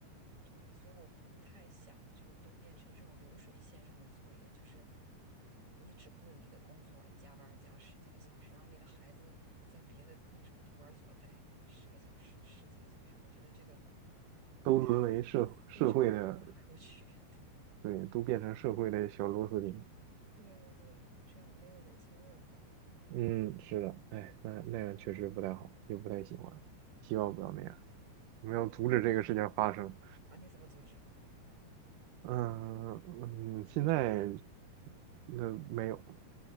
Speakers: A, on the right; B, on the right.
A: 对，所以我不太想就都变成这种流水线上的作业，就是嗯你只顾你的工作，加班儿加十几个小时，然后你的孩子在别的那个什么托儿所待十个小时、十几个小时，我觉得这个
B: 都沦为社社会的，
A: 太非常不可取。<laughs>
B: 对，都变成社会的小螺丝钉。
A: 对对对，这样没有人情味儿了。
B: 嗯，是的，哎，那那样确实不太好，也不太喜欢，希望不要那样。
A: 嗯，
B: 我们要阻止这个事情发生。
A: 对对对，啊，你怎么组织？
B: 嗯嗯，现在
A: 超人？
B: 那没有